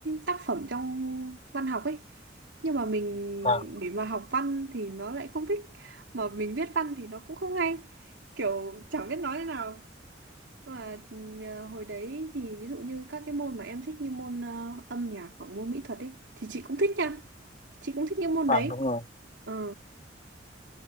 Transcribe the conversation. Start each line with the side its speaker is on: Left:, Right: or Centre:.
Right: tác phẩm trong văn học ấy nhưng mà mình
Left: vâng
Right: để mà học văn thì nó lại không thích mà mình viết văn thì nó cũng không hay kiểu chẳng biết nói thế nào Và ờ, hồi đấy thì ví dụ như các cái môn mà em thích như môn ờ, âm nhạc hoặc môn mỹ thuật ấy thì chị cũng thích nha. Chị cũng thích những môn
Left: vâng
Right: đấy.
Left: đúng rồi
Right: Ờ.